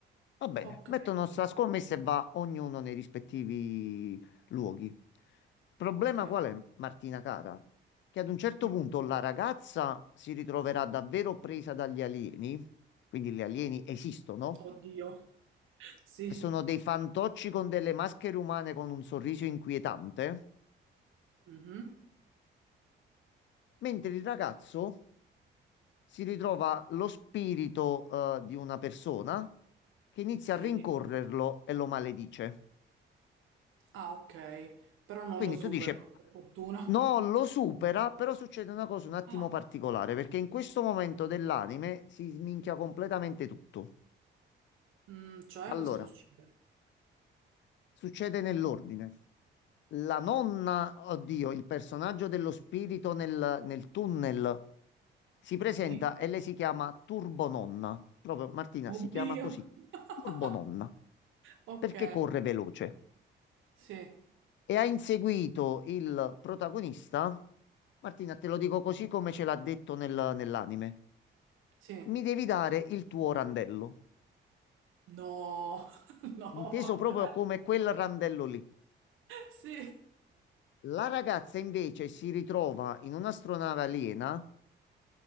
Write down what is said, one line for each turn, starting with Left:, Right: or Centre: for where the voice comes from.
Left: Va bene,
Right: ok,
Left: mettono sta scommessa e va ognuno nei rispettivi luoghi. Il problema
Right: ok.
Left: qual è, Martina cara? Che ad un certo
Right: Mm,
Left: punto la ragazza si ritroverà davvero presa dagli alieni, quindi gli alieni esistono,
Right: Oddio. <laughs> Sì.
Left: e sono dei fantocci con delle maschere umane con un sorriso inquietante,
Right: Mhm.
Left: mentre il ragazzo si ritrova lo spirito, eh, di una persona che inizia
Right: Sì.
Left: a rincorrerlo e lo maledice.
Right: Ah, ok. Però non
Left: Quindi
Right: lo supero,
Left: tu dici,
Right: per fortuna.
Left: non lo supera, però succede una cosa un attimo
Right: Ah,
Left: particolare, perché in questo momento dell'anime si sminchia completamente tutto.
Right: mm, cioè
Left: Allora,
Right: cosa succede?
Left: succede nell'ordine. La nonna,
Right: Mm,
Left: oddio, il personaggio dello spirito nel, nel tunnel si presenta
Right: Sì.
Left: e lei si chiama Turbononna. Proprio Martina
Right: Oddio.
Left: si chiama così,
Right: <laughs>
Left: Turbononna,
Right: Ok.
Left: perché corre veloce.
Right: Sì.
Left: e ha inseguito il protagonista. Martina, te lo dico così come ce l'ha detto nel- nell'anime.
Right: Sì.
Left: Mi devi dare il tuo randello,
Right: No. <laughs> No,
Left: inteso proprio
Right: vabbè.
Left: come quel randello lì.
Right: Sì.
Left: La ragazza invece si ritrova in un'astronave aliena